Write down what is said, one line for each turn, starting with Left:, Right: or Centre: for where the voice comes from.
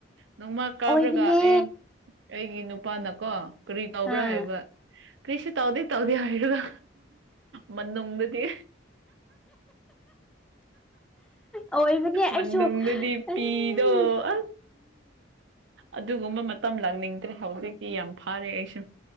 Right: ꯅꯣꯡꯃ ꯀꯥꯞꯔꯒ
Centre: ꯑꯣꯏꯕꯅꯦ
Right: ꯑꯦ ꯑꯩꯒꯤ ꯅꯨꯄꯥꯅꯀꯣ ꯀꯔꯤ ꯇꯧꯕ꯭ꯔꯥ
Centre: ꯑꯥ
Right: ꯍꯥꯏꯕ ꯀꯔꯤꯁꯨ ꯇꯧꯗꯦ ꯇꯧꯗꯦ ꯍꯥꯏꯕ ꯃꯅꯨꯡꯗꯗꯤ
Centre: ꯑꯣꯏꯕꯅꯦ
Right: ꯃꯅꯨꯡꯗꯗꯤ
Centre: ꯑꯩꯁꯨ ꯎꯝ
Right: ꯄꯤꯗꯣ ꯑ ꯑꯗꯨꯒꯨꯝꯕ ꯃꯇꯝ ꯂꯥꯡꯅꯤꯡꯗ꯭ꯔꯦ ꯍꯧꯖꯤꯛꯇꯤ ꯌꯥꯝ ꯐꯥꯔꯦ ꯑꯩꯁꯨ